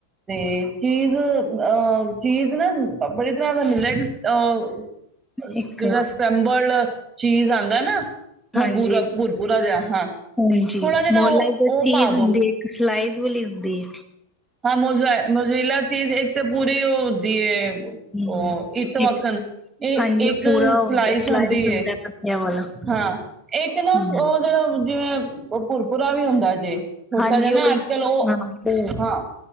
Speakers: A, on the right (about 25°); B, in the centre.
A: ਤੇ ਚੀਜ਼ ਅਹ ਚੀਜ਼ ਨਾ ਬੜੀ ਤਰ੍ਹਾਂ ਦਾ ਮਿਲਦਾ ਅ
B: ਇੱਕ
A: ਜਿੰਨਾ ਸਟੈਂਬਲ ਚੀਜ਼ ਆਂਦਾ ਨਾ ਉਹ
B: ਹਾਂਜੀ
A: ਬੁਰ ਭੁਰਾ ਜਾ ਹਾਂ।
B: ਹਾਂਜੀ
A: ਥੋੜਾ ਜਿਹਾ ਨਾ
B: ਮੋਲਾ
A: ਉਹ
B: ਜਾ
A: ਉਹ
B: ਚੀਜ਼
A: ਪਾ ਦੋ
B: ਹੁੰਦੀ ਏ ਇੱਕ ਸਲਾਈਜ਼ ਵਾਲੀ ਹੁੰਦੀ ਏ।
A: ਹਾਂ, ਮੋਜ ਮੋਜਿਲਾ ਚੀਜ਼ ਇੱਕ ਤਾਂ ਪੂਰੀ ਉਹ ਹੁੰਦੀ ਐ।
B: ਹਮ
A: ਉਹ ਇਤ ਵਕਣ
B: ਇੱਕ
A: ਇਹ
B: ਹਾਂਜੀ
A: ਇੱਕ
B: ਉਹ ਪੂਰਾ ਹੁੰਦਾ
A: ਸਲਾਈਸ ਹੁੰਦੀ ਏ।
B: ਹੁੰਦਾ ਪੱਤਿਆਂ ਵਾਲਾ
A: ਹਾਂ ਇੱਕ ਨਾ
B: ਹਮ
A: ਉਹ ਜਿਹੜਾ ਜਿਵੇਂ ਉਹ ਭੁਰ ਭੁਰਾ ਵੀ ਹੁੰਦਾ ਜੇ ਛੋਟਾ
B: ਹਾਂਜੀ
A: ਜਿਹਾ ਨਾ
B: ਉਹੀ
A: ਅੱਜ- ਕੱਲ ਉਹ
B: ਹਾਂ ਉਹ
A: ਹਾਂ।